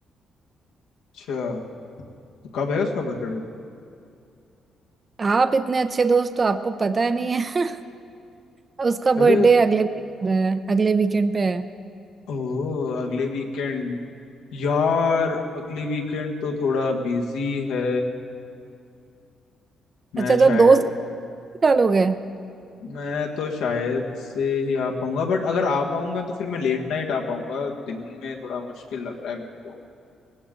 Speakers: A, on the left; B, on the right.
A: अच्छा तो कब है उसका बर्थडे
B: आप इतने अच्छे दोस्त तो आपको पता ही नहीं है <laughs> उसका बर्थडे
A: अरे
B: अगले weekend है अगले वीकेंड पे है
A: ओ अगले वीकेंड यार अगले वीकेंड तो थोड़ा बिजी है मैं
B: अच्छा तो
A: शायद
B: आप दोस्त निकालोगे
A: मैं तो शायद से ही आ पाऊंगा बट अगर आ पाऊंगा तो फिर मैं लेट नाइट आ पाऊंगा दिन में थोड़ा मुश्किल लग रहा है मेरे को